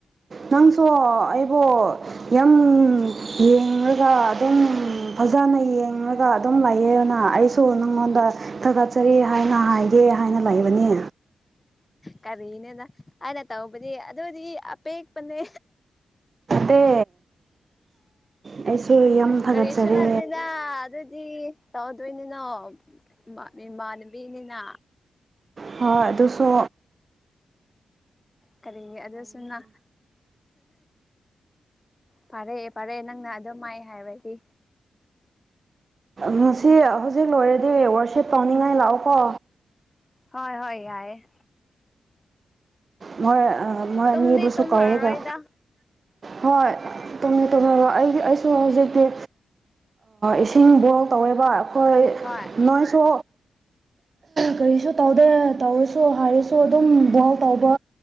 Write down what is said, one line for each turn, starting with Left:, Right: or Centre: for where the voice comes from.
Right: ꯅꯪꯁꯨ ꯑꯩꯕꯨ ꯌꯥꯝ ꯌꯦꯡꯉꯒ ꯑꯗꯨꯝ ꯐꯖꯅ ꯌꯦꯡꯉꯒ ꯑꯗꯨꯝ ꯂꯩꯌꯦꯅ ꯑꯩꯁꯨ ꯅꯪ ꯉꯣꯟꯗ ꯊꯥꯒꯠꯆꯔꯤ ꯍꯥꯏꯅ ꯍꯥꯏꯒꯦ ꯍꯥꯏꯅ ꯂꯩꯕꯅꯤ
Left: ꯀꯔꯤꯅꯦꯅ ꯑꯩꯅ ꯇꯧꯕꯗꯤ ꯑꯗꯨ ꯑꯣꯏꯗꯤ ꯑꯄꯦꯛꯄꯅꯦ
Right: ꯑ ꯑꯩꯁꯨ ꯌꯥꯝ ꯊꯥꯒꯠꯆꯔꯤ
Left: ꯀꯔꯤꯁꯤ ꯍꯥꯠꯇꯅ ꯑꯗꯨꯗ꯭ꯔꯗꯤ ꯇꯥꯎꯗꯅꯤꯅꯣ ꯃꯥ ꯃꯥꯟꯕꯤꯅꯤꯅ
Right: ꯍꯣꯏ ꯨ ꯁꯣ
Left: ꯀꯔꯤꯦ ꯑꯗꯨꯗꯁꯨꯨꯝꯅ ꯐꯔꯛꯑꯦ ꯐꯥꯔꯛꯑꯦ ꯅꯪꯅ ꯑꯗꯨꯝ ꯃꯥ ꯍꯥꯏꯔꯗꯤ
Right: ꯉꯁꯤ ꯍꯧꯖꯤꯛ ꯂꯣꯏꯔꯗꯤ ꯋꯥꯔꯁꯦꯞ ꯇꯧꯅꯤꯡꯉꯥꯏ ꯂꯥꯛꯑꯣꯀꯣ
Left: ꯍꯣꯏ ꯍꯣꯏ ꯌꯥꯏꯑꯦ
Right: ꯃꯣꯏ ꯃꯣꯏ
Left: ꯇꯨꯝꯗꯤ
Right: ꯃꯤꯕꯨꯁꯨ
Left: ꯇꯨꯝꯃꯔꯣꯏꯗ
Right: ꯀꯋꯦ ꯀꯣ ꯍꯣꯏ ꯇꯝꯃꯦ ꯇꯝꯃꯦ ꯑꯩꯒꯤ ꯑꯩꯁꯨ ꯍꯧꯖꯤꯛꯇꯤ ꯏꯁꯤꯡ ꯕꯣꯛ ꯇꯧꯋꯦꯕ ꯑꯩꯈꯣꯏ
Left: ꯍꯣꯏ
Right: ꯅꯣꯏꯁꯨ ꯀꯔꯤꯁꯨ ꯇꯧꯗꯦ ꯇꯧꯔꯁꯨ ꯍꯥꯏꯔꯁꯨ ꯑꯗꯨꯝ ꯕꯣꯜ ꯇꯧꯕ